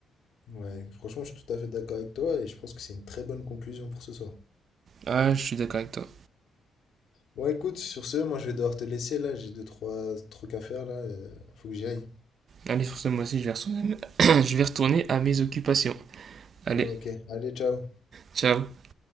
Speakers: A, on the left (about 70°); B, on the right (about 50°).
A: ouais, franchement, je suis tout à fait d'accord avec toi et je pense que c'est une très bonne conclusion pour ce soir.
B: Ah, je suis d'accord avec toi.
A: Bon, écoute, sur ce, moi je vais devoir te laisser là, j'ai deux, trois trucs à faire là, euh, faut que j'y aille.
B: Allez, sur ce, moi aussi, je vais retourner à mes, <coughs> je vais retourner à mes occupations. Allez,
A: Ah, ok, allez, ciao.
B: ciao.